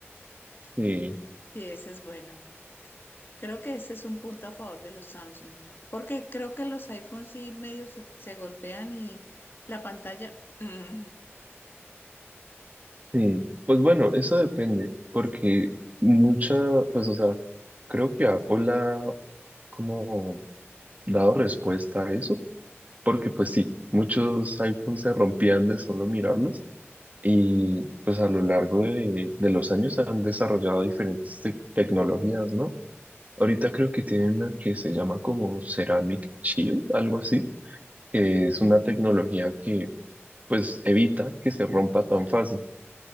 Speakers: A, on the right (about 35°); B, on the left (about 50°).
A: sí,
B: Sí, ese es bueno. Creo que ese es un punto a favor de los Samsung, porque creo que los iPhones sí medio se, se golpean y la pantalla... mm,
A: sí. Pues bueno, eso depende porque mucha, pues o sea, creo que Apple ha como dado respuesta a eso porque pues sí, muchos iPhones se rompían de solo mirarlos y pues a lo largo de, de los años se han desarrollado diferentes tec- tecnologías, ¿no? Ahorita creo que tienen una que se llama como Ceramic Shield, algo así, que es una tecnología que pues evita que se rompa tan fácil.